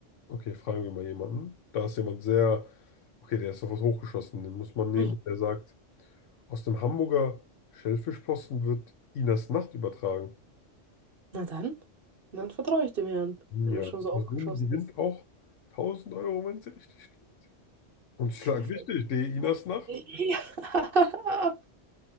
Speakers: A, on the left; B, on the right.
A: Okay, fragen wir mal jemanden. Da ist jemand sehr, okay, der ist sofort hochgeschossen. Den muss man nehmen.
B: Ui.
A: Der sagt, aus dem Hamburger Schellfischposten wird Inas Nacht übertragen.
B: Na dann? Dann vertraue ich dem Herrn,
A: Ja,
B: wenn er schon so aufgeschossen
A: also Moon gewinnt
B: ist.
A: auch tausend Euro, wenn sie richtig liegt. Und ich schlag
B: Ich hoffe.
A: richtig, D. Inas Nacht.
B: Ja. <laughs>